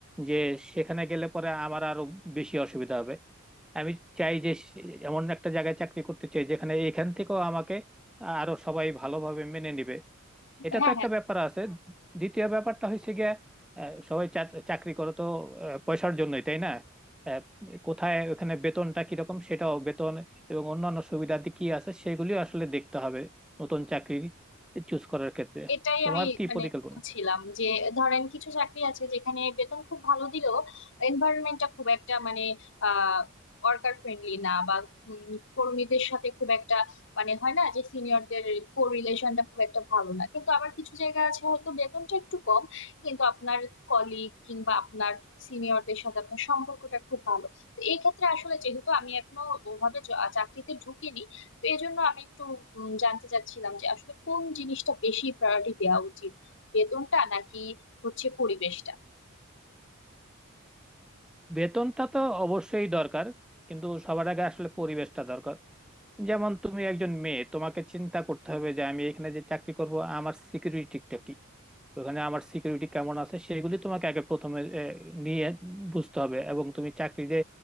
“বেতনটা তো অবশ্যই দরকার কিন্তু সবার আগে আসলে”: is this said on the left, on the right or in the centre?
Centre